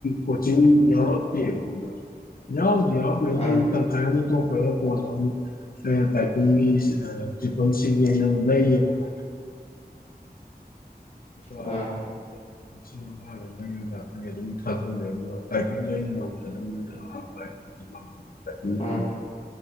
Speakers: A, on the left; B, on the left.
A: ꯀꯣꯆꯤꯡ ꯌꯥꯎꯔꯛꯇ‌ꯦꯕ ꯈꯪꯕꯔꯥ ꯌꯥꯎꯕꯨꯗꯤ ꯌꯥꯎꯔꯃꯦ
B: ꯑꯥ
A: ꯑꯩꯅ ꯇꯟ ꯈꯔ ꯇꯣꯛꯈ꯭ꯔꯥꯒ ꯀꯣꯟꯅ ꯑꯃꯨꯛ ꯑꯩꯅ ꯇꯥꯢꯄꯤꯡꯒꯤꯁꯦ ꯑ ꯇ꯭ꯔꯤꯄꯜꯁꯤꯒꯤ ꯑꯩꯅ ꯂꯩꯌꯦꯕꯀꯣ ꯂꯨꯄꯥ
B: ꯑꯥ
A: ꯀꯩꯅꯣꯗ ꯂꯤꯁꯤꯡ ꯃꯉꯥꯗ ꯂꯩꯔ‌ꯦꯒ ꯑꯩ ꯑꯗꯨꯝ ꯊꯥꯖꯜꯂꯦ ꯑꯗꯨꯒ ꯇꯥꯏꯄꯤꯡꯗ‌ꯣ ꯑꯩꯅ
B: ꯎꯝ